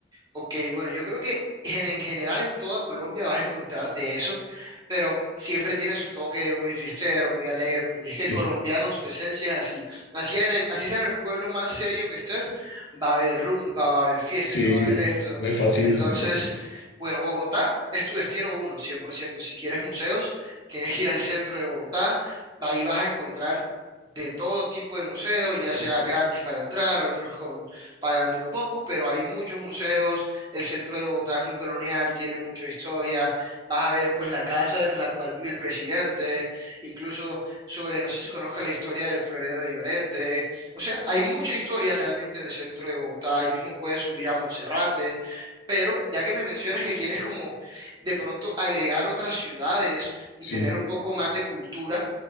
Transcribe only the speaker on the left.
Sí,
sí,
me fascina,
me fascina.
Sí,